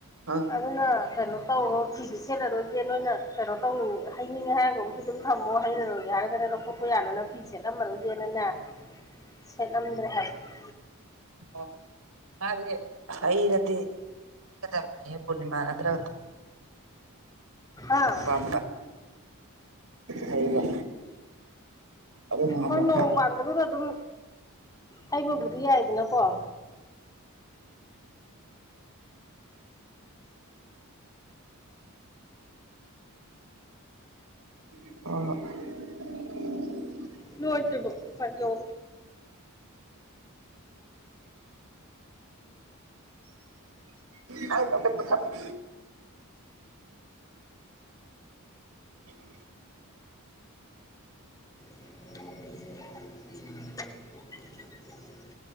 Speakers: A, on the right; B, on the left.
A: ꯑꯥ
B: ꯑꯗꯨꯅ ꯀꯩꯅꯣ ꯇꯧꯔꯣ ꯐꯤꯗꯤꯦ ꯁꯦꯠꯂꯔꯣꯏꯁꯦ ꯅꯣꯏꯅ ꯀꯩꯅꯣ ꯇꯧꯅꯤꯡ ꯍꯩꯅꯤꯡꯉꯦ ꯍꯥꯏꯔꯒꯕꯨꯗꯤ ꯑꯗꯨꯝ ꯊꯝꯃꯣ ꯍꯩꯔꯒꯦ ꯍꯥꯏꯔꯒꯔ ꯂꯧꯈꯠꯄ ꯌꯥꯅꯅꯕ ꯐꯤꯁꯦ ꯁꯦꯠꯂꯝꯃꯔꯨꯗꯦꯅꯅꯦ ꯁꯦꯠꯂꯝꯗ꯭ꯔꯦ ꯍꯥꯏꯕ
A: ꯑꯣ ꯃꯥꯗꯤ ꯍꯔꯗꯤ ꯄ ꯄꯨꯔꯅꯤꯃꯥ ꯅꯠꯇ
B: ꯑꯥ
A: ꯀꯝꯂ ꯍꯥꯏꯕ ꯑꯗꯨ ꯅ
B: ꯍꯣꯏ ꯅꯣꯡ ꯄꯥꯟꯕꯗꯨꯗ ꯑꯗꯨꯝ ꯍꯩꯕꯕꯨꯗꯤ ꯌꯥꯏꯗꯅꯀꯣ ꯑꯗꯨ
A: ꯑ <unintelligible>
B: ꯂꯣꯏꯗ꯭ꯔꯤꯕꯣ ꯐꯔ ꯌꯧ
A: ꯍ <inaudible> ꯇ ꯀ <unintelligible> <inaudible> ꯎ <unintelligible>
B: ꯎꯝ